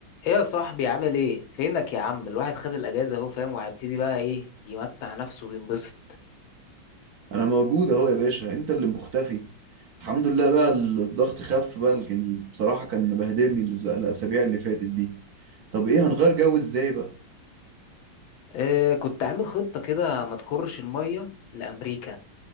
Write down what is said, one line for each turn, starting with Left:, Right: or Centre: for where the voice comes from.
Left: ايه يا صاحبي عامل ايه فينك يا عم الواحد خد الاجازه اهو فاهم وهيبتدي بقى ايه يمتع نفسه وينبسط
Right: انا موجود اهو يا باشا انت اللي مختفي الحمد لله بقى الضغط خف بقى يعني بصراحة كان مبهدلني الز- الاسابيع اللي فاتت دي طب ايه هنغير جو ازاي بقى
Left: إيه كنت عامل خطه كده ما تخرش الميه لامريكا